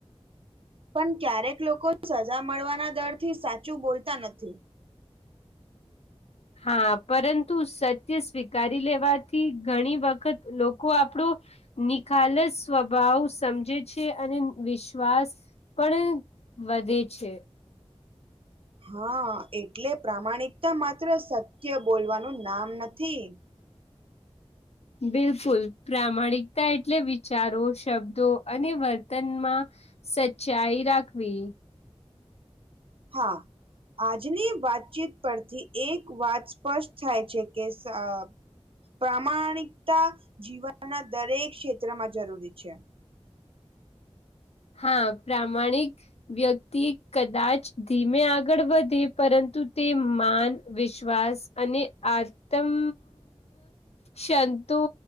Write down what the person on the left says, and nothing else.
હા પરંતુ સત્ય સ્વીકારી લેવાથી ઘણી વખત લોકો આપણો નિખાલસ સ્વભાવ સમજે છે અને વિશ્વાસ પણ વધે છે.
બિલકુલ પ્રામાણિકતા એટલે વિચારો શબ્દો અને વર્તનમાં સચ્ચાઈ રાખવી.
હા પ્રમાણિક વ્યક્તિ કદાચ ધીમે આગળ વધે પરંતુ તે માન, વિશ્વાસ અને આતમ સંતુ